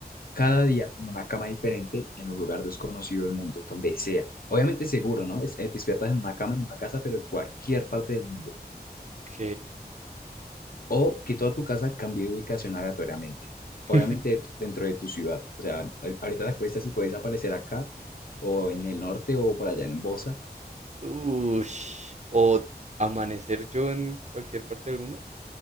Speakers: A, on the left; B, on the right.
A: cada día en una cama diferente, en un lugar desconocido del mundo, donde sea. Obviamente seguro, ¿no? Es, eh, te despiertas en una cama, en una casa, pero en cualquier parte del mundo.
B: Ok.
A: o que toda tu casa cambie de ubicación aleatoriamente. Obviamente
B: <laughs>
A: de tu- dentro de tu ciudad. O sea, a- ahorita te acuestas y puedes aparecer acá o en el norte o por allá en Bosa.
B: Ush, o amanecer yo en cualquier parte del mundo.